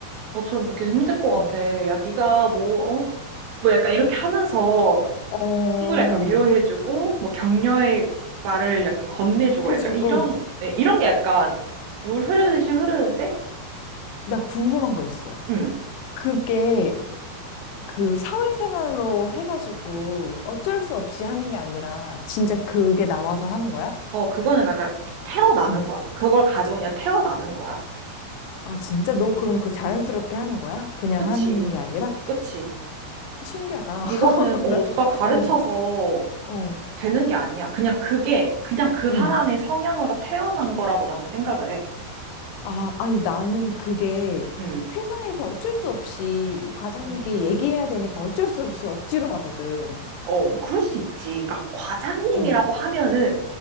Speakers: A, on the right; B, on the left.
A: 너처럼 그렇게 힘들 것
B: 어,
A: 같아. 야, 네가 뭐, 어? 뭐 약간 이렇게 하면서
B: 어,
A: 친구를 약간 위로해주고, 뭐 격려의 말을 약간 건네주고,
B: 해주고,
A: 약간 이런, 네, 이런 게 약간 물 흐르듯이 흐르는데,
B: 나 궁금한 거 있어.
A: 음,
B: 그게 그 사회생활로 해가지고 어쩔 수 없이 하는 게 아니라 진짜 그게 나와서 하는 거야?
A: 어, 그거는 약간 태어나는
B: 응.
A: 거야. 그걸 가지고 그냥 태어나는 거야.
B: 아, 진짜 너 그럼 그 자연스럽게 하는 거야? 그냥
A: 그치,
B: 하는 게 아니라?
A: 그치.
B: 신기하다. <laughs>
A: 이거는 어,
B: 나,
A: 누가 가르쳐서
B: 어, 어,
A: 되는 게 아니야. 그냥 그게 그냥 그
B: 응.
A: 사람의 성향으로 태어난 거라고 나는 생각을 해.
B: 아, 아니, 나는 그게
A: 음.
B: 회사에서 어쩔 수 없이 과장님께
A: 음.
B: 얘기해야 되니까 어쩔 수 없이 억지로 하거든.
A: 어, 뭐 그럴 수 있지. 그러니까 과장님이라고
B: 어.
A: 하면은